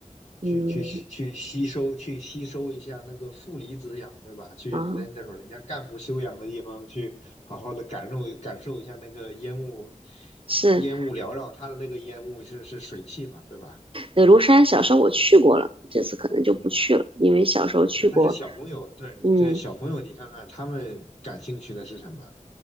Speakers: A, on the right; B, on the left.
A: 嗯，
B: 去去吸去吸收去吸收一下那个负离子氧，对吧？去那那种人家干部休养的地方，
A: 啊，
B: 去好好的感受感受一下那个烟雾，
A: 是
B: 烟雾缭绕，它的那个烟雾是是水汽嘛，对吧？
A: 呃庐山，小时候我去过了，这次可能就不去了，因为小时候去过。
B: 对，但是小朋友，对对，
A: 嗯
B: 小朋友，你看看他们感兴趣的是什么？